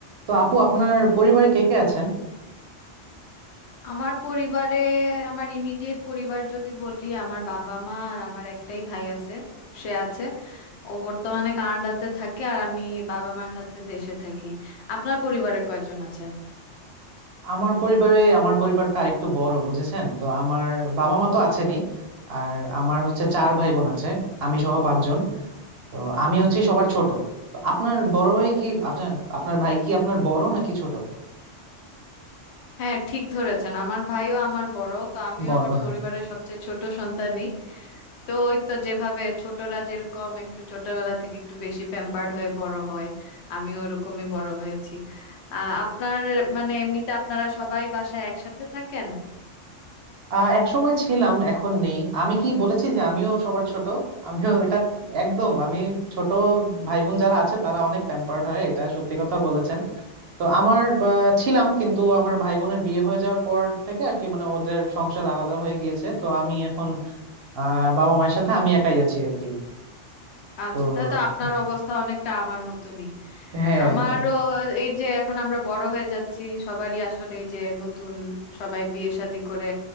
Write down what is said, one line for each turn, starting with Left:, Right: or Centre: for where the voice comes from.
Right: তো আপু আপনার পরিবারে কে কে আছেন
Left: আমার পরিবারে আমার ইমিডিয়েট পরিবার যদি বলি আমার বাবা মা আর আমার একটাই ভাই আছে সে আছে ও বর্তমানে কানাডাতে থাকে আর আমি বাবা মার সাথে দেশে থাকি আপনার পরিবারে কয়জন আছেন
Right: আমার পরিবারে আমার পরিবারটা আরেকটু বড় বুঝেছেন তো আমার বাবা মা তো আছেনই আর আমার হচ্ছে চার ভাই বোন আছে আমি সহ পাঁচজন তো আমি হচ্ছি সবার ছোট তো আপনার বড় ভাই কি আপনার আপনার ভাই কি আপনার বড় নাকি ছোট
Left: হ্যাঁ ঠিক ধরেছেন আমার ভাইও আমার বড় তো আমিও
Right: বড়
Left: আমার পরিবারের সবচেয়ে ছোট সন্তানই তো ওই তো যেভাবে ছোটরা যেরকম একটু ছোটবেলা থেকে একটু বেশি প্যাম্পার্ড হয়ে বড় হয় আমিও ওরকমই বড় হয়েছি আহ আপনার মানে এমনিতে আপনারা সবাই বাসায় একসাথে থাকেন
Right: আহ একসময় ছিলাম এখন নেই আমি কি বলেছি যে আমিও সবার ছোট আমিও এটা একদম আমি ছোট ভাই বোন যারা আছে তারা অনেক প্যাম্পার্ড হয় এটা সত্যি কথা বলেছেন তো আমার আহ, ছিলাম কিন্তু আমার ভাই বোনের বিয়ে হয়ে যাওয়ার পর থেকে আর কি মানে ওদের সংসার আলাদা হয়ে গিয়েছে তো আমি এখন আহ বাবা মায়ের সাথে আমি একাই আছি আর কি
Left: আচ্ছা
Right: তো
Left: তা তো আপনার
Right: হ্যাঁ
Left: অবস্থা অনেকটা আমার মতনই
Right: হ্যাঁ,
Left: আমারও
Right: একদম
Left: এই যে এখন আমরা বড় হয়ে যাচ্ছি সবারই আসলে এই যে নতুন সবাই বিয়ে শাদী করে